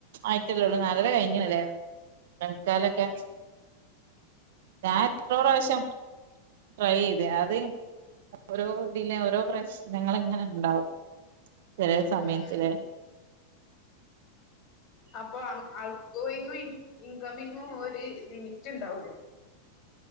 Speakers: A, on the right; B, on the left.
A: ആയിട്ടല്ലെള്ളൂ നാലര കഴിഞ്ഞ്ണ്ല്ലേ <unintelligible> ലൊക്കെ ഞാൻ എത്ര പ്രാവശ്യം ട്രൈ ചെയ്ത് അത് ഓരോ ഇതില് ഓരോ പ്രശ്നങ്ങള് ഇങ്ങനെ ഇണ്ടാവും ചെലെ
B: ഉം
A: സമയത്ത്
B: ഉം
A: ലെ
B: അപ്പൊ ഔട്ട്ഗോയിങ് ഇൻകമിങ്ങു ഒര് ലിമിറ്റ് ണ്ടാവുലേ